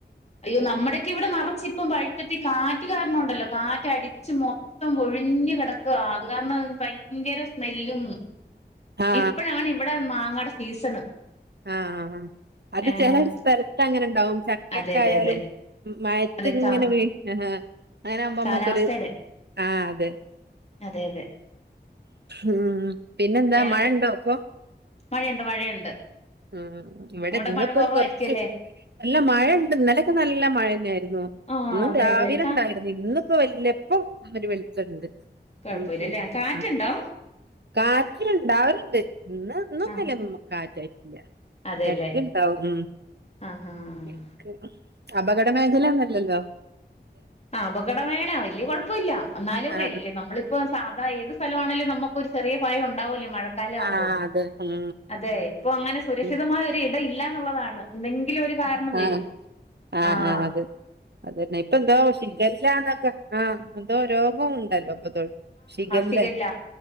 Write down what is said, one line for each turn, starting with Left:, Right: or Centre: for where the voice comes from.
Left: അയ്യോ നമ്മുടെക്കെ ഇവിടെ നെറച്ച് ഇപ്പം പഴുത്തിറ്റി കാറ്റ് കാരണംണ്ടല്ലോ കാറ്റടിച്ചു മൊത്തം പൊഴിഞ്ഞ് കിടക്ക അത് കാരണം ഭയങ്കര സ്മെല്ലും
Right: ആ
Left: ഇപ്പഴാണ് ഇവിടെ മാങ്ങടെ സീസണ്.
Right: ആഹ് ആ ആ അത്
Left: ഏഹ്
Right: ചെല സ്ഥലത്ത് അങ്ങനെ ഉണ്ടാവും. ട്ടക്കായാലും
Left: അതെ അതെ അതെ
Right: ആയാലും മയത്തി
Left: അതെ
Right: ഇങ്ങനെവെ
Left: കാ
Right: <unintelligible> അങ്ങനാവുമ്പോ നമ്മുക്കൊരു
Left: കാലാവസ്ഥയുടെ
Right: ആ അതെ.
Left: അതെ അതെ
Right: ഉം പിന്നെന്താ
Left: വേനൽക്ക
Right: മഴ ഉണ്ടോ പ്പൊ?
Left: മഴയുണ്ട് മഴയുണ്ട്
Right: ഉ ഇവിടെ
Left: അവിടെ
Right: ഇന്ന
Left: മഴ
Right: ഇപ്പോ
Left: കുറവായിരിക്കുംല്ലേ
Right: ഒരു കുറച്ച് നല്ല മഴുണ്ട് ഇന്നലക്കെ നല്ലല്ല മഴ- തന്നെയായിരുന്നു ഇന്നും
Left: ആഹ് അതെ
Right: രാവിലെ
Left: അതെ കാ
Right: ഉണ്ടായിരുന്നു ഇന്നിപ്പോ വല്ല ഇപ്പ അവര് വിളിച്ചിട്ടുണ്ട്
Left: കൊഴപ്പല്ലല്ലേ
Right: ഉ
Left: കാറ്റുണ്ടോ
Right: കാറ്റുണ്ടാവരുണ്ട് ഇന്ന് ഇന്നൊന്നല്ല
Left: ആഹ്
Right: കാറ്റായിട്ടില്ല
Left: അതെല്ലേ
Right: എടക്കണ്ടാവും
Left: ആഹ് ആഹ്
Right: എടക്ക് അപകട മേഖലൊന്നല്ലല്ലോ
Left: ആ അപകടം വേന വല്യ കുഴപ്പമില്ല എന്നാലും
Right: ആ
Left: വല് നമ്മളിപ്പ- അതാ ഏത് സ്ഥലമാണെലും നമുക്കൊ ഒരു ചെറിയ ഭയം ഉണ്ടാവൂലേ മഴക്കാലം
Right: ആ
Left: ആവുമ്പോം
Right: ആ അതെ ഉം
Left: അതെ ഇപ്പൊ അങ്ങനെ സുരക്ഷിതമായ
Right: ഉം.
Left: ഒരു ഇട ഇല്ല ുള്ളതാണ് എന്തെങ്കിലും ഒരു കാരണം
Right: ആ
Left: വരും
Right: ആ
Left: ആഹ്
Right: ആ അതെ അതന്നെ ഇപ്പ എന്തോ ശിഖല്ലന്നൊക്കെ ആ എന്തോ രോഗവും ഉണ്ടല്ലോ പ്പ ത്തോൾ ശഖല്ല
Left: ശികല്ല